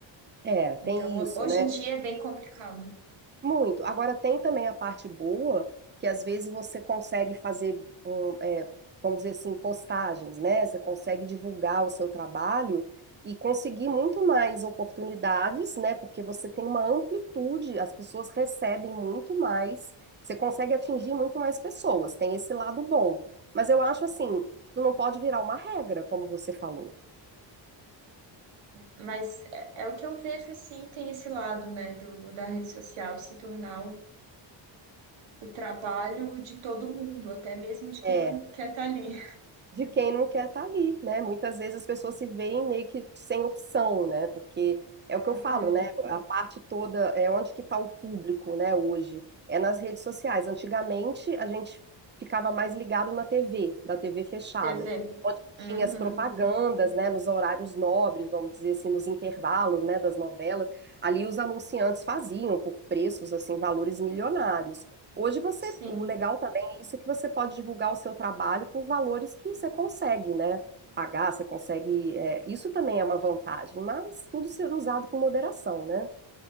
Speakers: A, on the right; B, on the right.
A: É, tem
B: Então, ho-
A: isso,
B: hoje
A: né?
B: em dia é bem complicado.
A: Muito. Agora tem também a parte boa, que às vezes você consegue fazer, um, é, vamos dizer assim, postagens, né? Você consegue divulgar o seu trabalho e conseguir muito mais oportunidades, né? Porque você tem uma amplitude, as pessoas recebem muito mais, você consegue atingir muito mais pessoas, tem esse lado bom. Mas eu acho assim, isso não pode virar uma regra, como você falou.
B: Mas é, é o que eu vejo, sim, tem esse lado, né, do, da rede social se tornar o, o trabalho de todo mundo, até mesmo de
A: É.
B: quem não quer estar ali.
A: de quem não quer estar ali, né? Muitas vezes as pessoas se veem meio que sem opção, né? Porque é
B: Aham,
A: o que eu falo, né? A parte toda é onde que está o público, né? Hoje é nas redes sociais. Antigamente a gente ficava mais ligado na TV, da TV fechada,
B: TV.
A: onde tinha
B: Uhum,
A: as propagandas, né? Nos horários nobres, vamos dizer assim, nos intervalos, né? Das novelas, ali os anunciantes faziam por preços assim valores milionários. Hoje você,
B: sim,
A: o legal tá isso que você pode divulgar o seu trabalho por valores que você consegue, né? Pagar, você consegue. é, isso também é uma vantagem, mas tudo sendo usado com moderação, né?